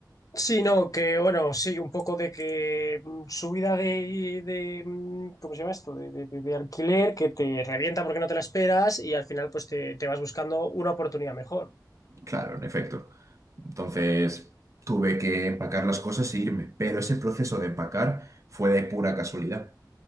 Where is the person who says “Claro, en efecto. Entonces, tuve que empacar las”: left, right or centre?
Right